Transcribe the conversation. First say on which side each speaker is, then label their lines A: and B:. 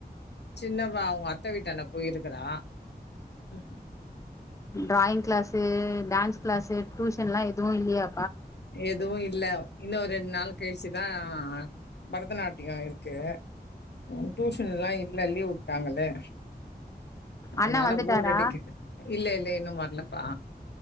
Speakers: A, on the left; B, on the left.
A: சின்னவ அவுங்க அத்த வீட்டான்ட போயிருக்குறா ம்
B: டிராயிங் கிளாஸு டான்ஸ் கிளாஸு டூஷன்லா எது இல்லயா
A: எதுவு இல்ல இன்னொ ரெண்டு நாள் கழிச்சுதா பரதநாட்டியோ இருக்கு உம் டியூஷன்லா இல்ல லீவ் விட்டாங்களே அதனால
B: அண்ண வந்துட்டாரா
A: போர் அடிக்குது இல்ல இல்ல இன்னு வரலப்பா